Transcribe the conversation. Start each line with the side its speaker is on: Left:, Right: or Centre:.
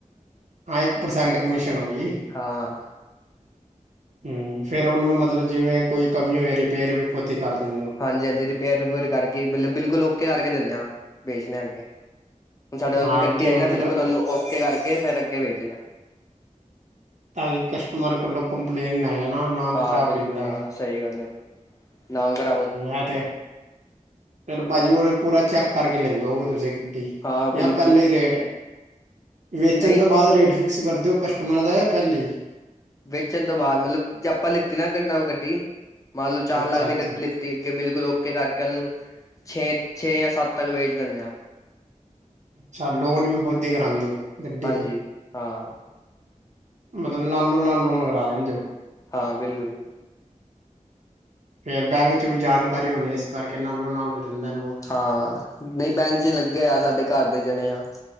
Right: ਹਾਂ ਇੱਕ ਪਰਸੈਂਟ ਕਮਿਸ਼ਨ ਹੋ ਗੀ
Left: ਹਾਂ
Right: ਹਮ ਫੇਰ ਉਹਨੂੰ ਮਤਲਬ ਜਿਵੇਂ ਕੋਈ ਕਮੀ ਹੋਵੇ ਰਿਪੇਅਰ ਵੀ ਖੁਦ ਹੀ ਕਰ ਦਿੰਦੇ ਉਹ
Left: ਹਾਂਜੀ-ਹਾਂਜੀ ਰਿਪੇਅਰ-ਰਿਪੁਅਰ ਕਰਕੇ ਮਤਲਬ ਬਿਲ ਬਿਲਕੁਲ ਓਕੇ ਕਰਕੇ ਦਿੰਦੇ ਹਾਂ। ਭੇਜਨੇ ਆਂ ਅੱਗੇ ਹੁਣ ਸਾਡੇ ਕੋ
Right: ਹਾਂ ਅੱਗੇ
Left: ਗੱਡੀ ਆਈ ਨਾ
Right: ਮਤਲਬ
Left: ਬਿਲਕੁਲ ਉਹਨੂੰ ਔਕੇ ਕਰਕੇ ਫੇਿਰ ਅੱਗੇ ਵੇਚਨਾ
Right: ਤਾਕੀ ਕਸਟਮਰ ਕੋੋਂਲੋ ਕੰਪਲੇਂਟ ਨ ਆਏ ਨਾ ਨਾਮ
Left: ਹਾਂ
Right: ਖਰਾਬ
Left: ਬਿਲਕੁਲ
Right: ਹੋ ਜਾਂਦਾ
Left: ਹਾਂ
Right: ਹੈ
Left: ਸਹੀ ਗੱਲ ਹੈ। ਨਾਮ ਕਰ
Right: ਆ ਤੇ। ਫਿਰ ਭਾਜੀ ਮੇਰੇ ਪੂਰਾ ਚੈੱਕ ਕਰਕੇ ਲੈਂਦੇ ਹੋਗੇ ਤੁਸੀਂ ਗੱਡੀ
Left: ਹਾਂ ਬਿਲਕੁਲ
Right: ਯਾਰ ਪਹਿਲੇਾਂ ਹੀ ਰੇਟ ਵੇਚਣ
Left: ਨਹੀਂ
Right: ਤੋਂ ਬਾਅਦ ਰੇਟ ਫਿਕਸ ਕਰ ਦੇ ਕਸਟਮਰ ਦਾ ਯਾ ਪਹਿਲੇਾਂ ਹੀ
Left: ਵੇਚਣ ਤੋਂ ਬਾਅਦ ਮਤਲਬ ਜੇ ਆਪਾਂ ਲਿੱਤੀ ਨਾ ਗੱ ਗੱਡੀ। ਮੰਨ ਲਓ ਚਾਰ
Right: ਅੱਛਾ
Left: ਲੱਖ ਦੀ
Right: ਅੱਛਾ
Left: ਗੱਡੀ ਲ ਅੱਗੇ ਬਿਲਕੁਲ ਔ ਕੇ ਕਰਕੇ ਉਹਨੂੰ। ਛੇ-ਛੇ ਜਾਂ ਸੱਤ ਤੱਕ ਵੇਚ ਦਿੰਦੇ ਆਾਂ
Right: ਅੱਛਾ ਲੋਨ ਵੀ ਖੁਦ ਹੀ ਕਰਾਉਂਦੇ ਹੋ। ਗੱਡੀ
Left: ਹਾਂਜੀ
Right: ਤੇ
Left: ਹਾਂ।
Right: ਮਤਲਬ ਨਾਲੋ ਨਾਲ ਲੋਨ ਕਰਾ ਦਿੰਦੇ ਹੋ?
Left: ਹਾਂ ਬਿਲਕੁਲ।
Right: ਫਰ ਬੈਂਕ ਚ ਵੀ ਜਾਣਕਾਰੀ ਹੋਣੀ ਇਸ ਕਰਕੇ ਨਾਲੋ ਨਾਲੋਂ ਜਾਂਦਾ ਨੋਟ
Left: ਹਾਂ ਨਹੀਂ ਬੈਂਕ ਚ ਲੱਗੇ ਹੋ ਆ ਸਾਡੇ ਘਰ ਦੇ ਜਾਣੇ ਆ